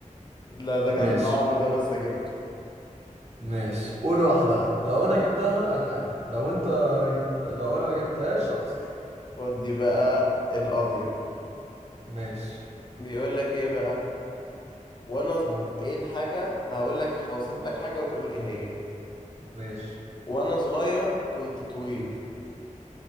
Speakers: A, on the left; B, on the right.
A: لا ده كان
B: ماشي
A: صعب ده بس جبته
B: ماشي قول واحدة لو أنا جبتها أتعادل لو أنت جبت لو أنا ما جبتهاش هخسر
A: خد دي بقى القاضية
B: ماشي
A: بيقول لك ايه بقى وانا ز-
B: قول
A: ايه الحاجة هقول لك هوصف لك حاجة وتقول ايه هي
B: ماشي
A: وانا صغير كنت طويل